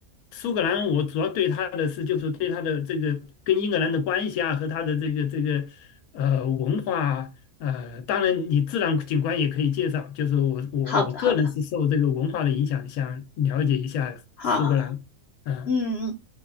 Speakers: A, on the left; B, on the left.
A: 苏格兰我主要对它的是，就是对它的这个跟英格兰的关系啊，和它的这个这个呃文化啊呃，当然，你自然景观也可以介绍。就是我我我个人是受这个文化的影响，
B: 好的好的，
A: 想了解一下苏格兰。
B: 好，
A: 嗯，
B: 嗯嗯。